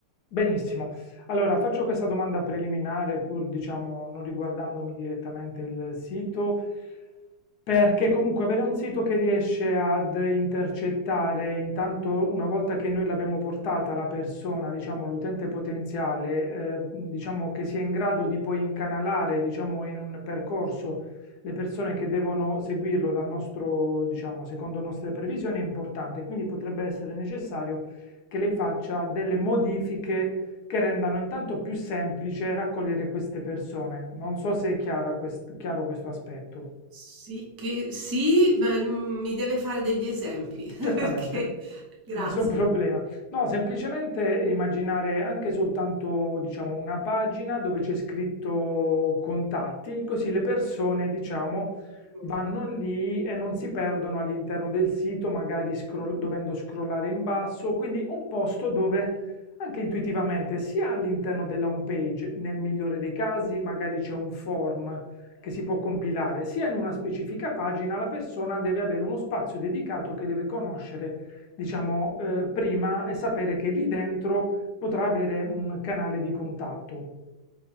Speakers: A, on the left; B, on the right.
A: Benissimo. Allora, faccio questa domanda preliminare, pur diciamo non riguardandomi direttamente il sito, perché comunque avere un sito che riesce ad intercettare, intanto una volta che noi l'abbiamo portata la persona, diciamo l'utente potenziale, eh, diciamo che sia in grado di poi incanalare, diciamo in un percorso le persone che devono seguirlo dal nostro, diciamo, secondo nostre previsioni è importante, quindi potrebbe essere necessario che lei faccia delle modifiche che rendano intanto più semplice raccogliere queste persone. Non so se è chiara quest- chiaro questo aspetto.
B: Sì, che sì, ma, mhmm, mi deve fare degli esempi <laughs>
A: Certamente,
B: perché grazie.
A: nessun <laughs> problema. No, semplicemente immaginare anche soltanto, diciamo, una pagina dove c'è scritto contatti, così le persone, diciamo,
B: Okay,
A: vanno lì e non si perdono all'interno del sito, magari scroll- dovendo scrollare in basso, quindi un posto dove anche intuitivamente, sia all'interno della home page, nel migliore dei casi, magari c'è un form che si può compilare sia in una specifica pagina, la persona deve avere uno spazio dedicato che deve conoscere, diciamo, eh, prima e sapere che lì dentro potrà avere un canale di contatto.